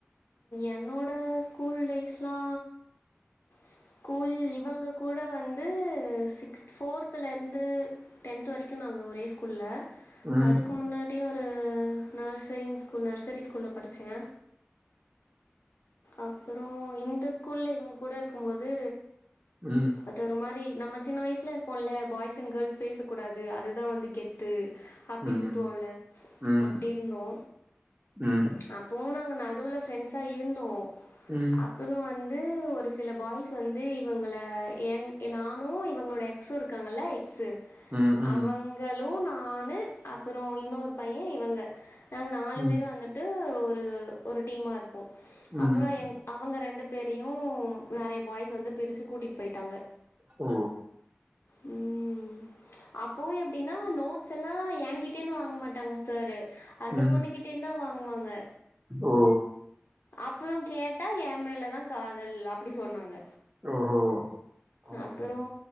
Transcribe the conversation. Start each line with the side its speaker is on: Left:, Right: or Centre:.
Left: என்னோட ஸ்கூல் டேஸ்லா ஸ்கூல் இவங்க கூட வந்து சிக்ஸ்த் ஃபோர்த்துலருந்து டென்த் வரைக்கு நாங்க ஒரே ஸ்கூல்ல
Right: ம்
Left: அதுக்கு முன்னாடி ஒ ரு நர்சரிங் ஸ்கூல் நர்சரி ஸ்கூல்ல படிச்சே அப்பறோ இந்த ஸ்கூல்ல இவங்க கூட இருக்கும்போது
Right: ம்
Left: அது ஒரு மாரி நம்ம சின்ன வயசுல இருப்போம்ல்ல பாய்ஸ் அண்ட் கேர்ள்ஸ் பேச கூடாது அதுதா வந்து கெத்து அப்டி
Right: ம்
Left: சுத்துவோல
Right: ம்
Left: அப்டி இருந்தோ
Right: ம்
Left: <unintelligible> நாங்க நடுவுல ஃப்ரெண்ட்ஸ்சா இருந்தோ
Right: ம்
Left: அப்பற வந்து ஒரு சில பாய்ஸ் வந்து இவங்கள எங் நானு இவங்களுடைய எக்ஸ் இருக்காங்கல எக்ஸ்சு
Right: ம் ம்
Left: அவுங்களு நானு அப்பற இன்னொரு பைய இவங்க நாங்க நாலு
Right: ம்
Left: பேரு வந்துட்டு ஒரு ஒரு டீமா இருப்போ
Right: ம்
Left: அப்பற எங் அவங்க ரெண்டு பேரையு நெறைய பாய்ஸ் வந்து பிரிச்சு கூட்டிட்டு போயிட்டாங்க
Right: ஓ
Left: ம் அப்பவு எப்டினா நோட்ஸ் எல்லா ஏங்கிட்ட இருந்து வாங்க மாட்டாங்க சாரு அந்த
Right: ம்
Left: பொண்ணு கிட்ட இருந்தா வாங்குவாங்க
Right: ஓ
Left: அப்பற கேட் டா ஏ மேல தா காதல் அப்டி சொன்னாங்க
Right: ஓஹோ ஓகே
Left: அப்பறோ